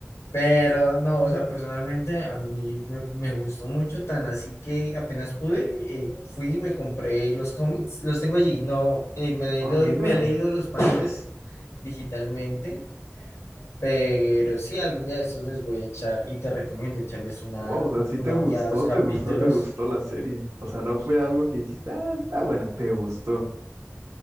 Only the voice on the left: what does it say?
Pero no, o sea, personalmente a mí me, me gustó mucho, tan así que apenas pude, eh, fui y me compré los cómics, los tengo allí, no, eh, me,
he le-
me he leído los padres digitalmente, pero sí, algún día de estos les voy a echar y te recomiendo echarles una,
u-
una
ojeada a los capítulos.